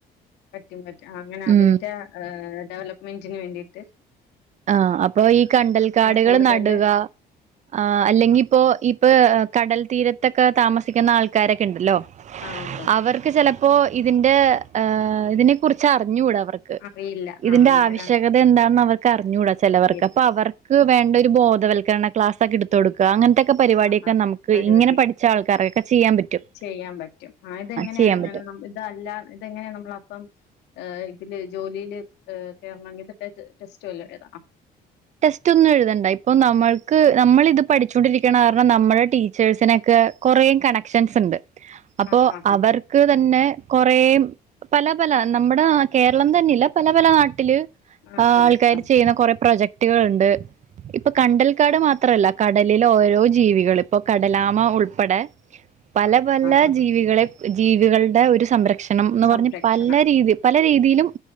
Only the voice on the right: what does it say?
ഉം
ആ അപ്പൊ ഈ കണ്ടൽക്കാടുകൾ
നടുക ആ അല്ലെങ്കി ഇപ്പോ ഇപ്പൊ കടൽ തീരത്തൊക്കെ താമസ ക്കുന്ന ആൾക്കാരൊക്കെ ഇണ്ടല്ലോ
അവർക്ക് ചെല പ്പോ ഇതിന്റെ ആ ഇതിനെ കുറിച്ച് അറിഞ്ഞൂട അവർക്ക്
ഇതിന്റെ
ആവശ്യ എന്താന്ന് അവർക്ക് അറിഞ്ഞൂടാ ചെലവർക്ക്
അപ്പൊ അവർക്ക് വേണ്ട ഒരു ബോധവൽക്കര ക്ലാസ് ഒക്കെ എടുത്തു കൊടുക്ക അങ്ങനത്തെക്ക പരിപാടിയൊക്കെ
നമുക്ക്
ഇങ്ങനെ പഠിച്ച ആക്കാർക്കൊക്കെ ചെയ്യാൻ പറ്റും
ചെയ്യാൻ
പറ്റും
ടെസ്റ്റ് ഒന്നും എഴുതേണ്ട ഇപ്പൊ നമ്മൾക്ക് നമ്മൾ ഇത് പഠിച്ചോണ്ടിരിക്കണ ാരണം നമ്മുടെ ടച്ചേഴ്സിനൊക്കെ കൊറേ കണക്ഷൻസ് ഉണ്ട് അപ്പോൊ
അവർക്ക് തന്നെ കൊറേ പല പല നമ്മുടെ കേരളം തന്നെല്ല പല പല നാട്ടില്
ആ ആൾക്കാാര്
ചെയ്യുന്ന കൊറെ പ്രൊജക്ടുകൾുണ്ട് ഇപ്പൊ കണ്ടൽക്കാട് മാത്രല്ല കടലിലെ ഓരോ ജീവികൾ ഇപ്പൊ കടലാമ ഉൾപ്പെടെ പല
പല
ജീവികളെ ജീവികളുടെ ഒരു സംരക്ഷ ഭക്ഷണംന്ന്
പറഞ്ഞ് പല രീതി പല രീതിയിലും